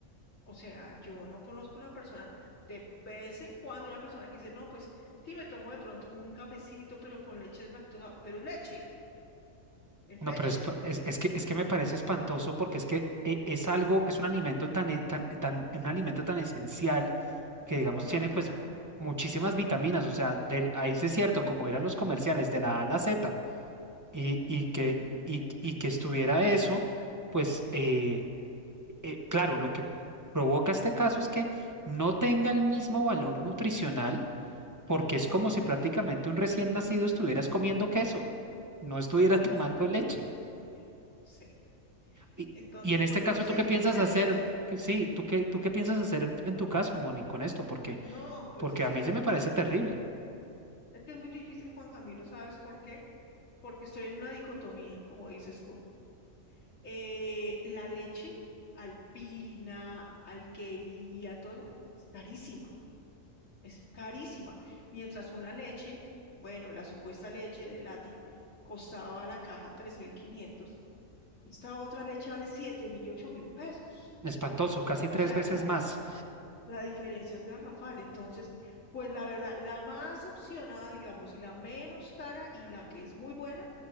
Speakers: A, on the left (about 70°); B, on the right (about 15°).
A: O sea, yo no conozco una persona, de vez en cuando una persona que dice, no, pues sí me tomo de pronto un cafecito, pero con leche es lactosa, pero es leche, es
B: No,
A: leche,
B: pero es, pa- es- es que, es que me parece espantoso porque es que eh, es algo, es un alimento tan, e- tan, tan- un alimento tan esencial que, digamos,
A: fundamental.
B: tiene pues
A: Mm.
B: muchísimas vitaminas. O sea, del, ahí sí es cierto, como eran los comerciales de la A a la Z, y, y
A: <laughs>
B: que, y,
A: Sí,
B: y que estuviera eso, pues eh, eh, claro, lo que provoca este caso es que no tenga el mismo valor nutricional porque es como si prácticamente un recién nacido estuvieras comiendo queso, no estuviera <laughs> tomando leche.
A: Dios mío, sí.
B: Y,
A: Entonces,
B: y en este
A: pues
B: caso,
A: no sé
B: ¿tú qué
A: en
B: piensas
A: qué quedaría
B: hacer?
A: eso.
B: Que Sí, ¿tú qué, tú qué piensas hacer en en tu caso, Moni, con esto? Porque,
A: No, pues
B: porque
A: es
B: a mí
A: que,
B: se me parece terrible,
A: es que es muy difícil, Juan Camilo, ¿sabes por qué? Porque estoy en una dicotomía, como dices tú. Eh, la leche alpina, alquería, todo eso, es carísima es carísima. Mientras una leche, bueno, la supuesta leche de Lati costaba la caja tres mil quinientos esta otra leche vale 7.000 y 8.000 pesos.
B: espantoso, casi
A: O
B: tres
A: sea,
B: veces
A: la,
B: más.
A: la diferencia es garrafal. Entonces, pues la verdad, la más opcionada, digamos, y la menos cara y la que es muy buena